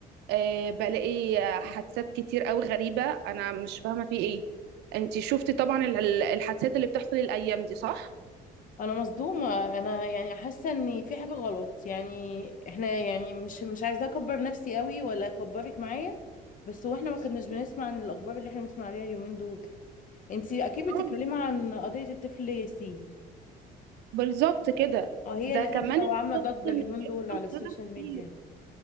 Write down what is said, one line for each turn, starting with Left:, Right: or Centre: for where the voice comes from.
Right: أه بلاقي حادثات كتير قوي غريبه انا مش فاهمه في ايه انتي شفتي طبعا ال- ال- الحادثات اللي بتحصل الايام دي صح
Left: انا مصدومه انا يعني حاسه ان في حاجه غلط يعني احنا يعني مش مش عايزه اكبر نفسي قوي ولا اكبرك معايا بس هو احنا ما كناش بنسمع عن الاخبار اللي احنا بنسمع عليها اليومين دول انتي اكيد بتتكلمي
Right: آه،
Left: عن قضيه الطفل ياسين
Right: بالظبط كده
Left: اه هي
Right: ده
Left: اللي
Right: كمان
Left: قلبه وعامله
Right: اكتشفت
Left: ضجه
Right: ان
Left: اليومين
Right: بيحصل
Left: دول على السوشيال
Right: كده كتير
Left: ميديا